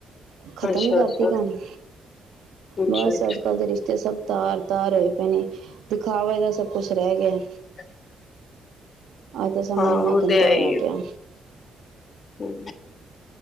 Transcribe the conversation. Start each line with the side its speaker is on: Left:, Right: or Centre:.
Right: ਖਤਮ
Left: ਅੱਛਾ
Right: ਈ ਕਰਤੀ
Left: ਅੱਛਾ
Right: ਕਹਾਣੀ।
Left: ਅੱਛਾ
Right: ਬਸ
Left: ਅੱਛਾ
Right: ਅੱਜ-ਕੱਲ ਦੇ ਰਿਸ਼ਤੇ ਸਬ ਤਾਰ-ਤਾਰ ਹੋਏ ਪਏ ਨੇ ਦਿਖਾਵੇ ਦਾ ਸਬ ਕੁਸ ਰੈ ਗੇ ਐ।
Left: - <inaudible>
Right: ਅੱਜ ਦਾ ਸਮਾਂ
Left: ਹਾਂ
Right: ਇੰਨਾ
Left: ਓ
Right: ਗੰਦਾ
Left: ਤੇ ਹੈ
Right: ਹੋਇਆ
Left: ਈ ਐ,
Right: ਪਿਆ
Left: ਹੂੰ।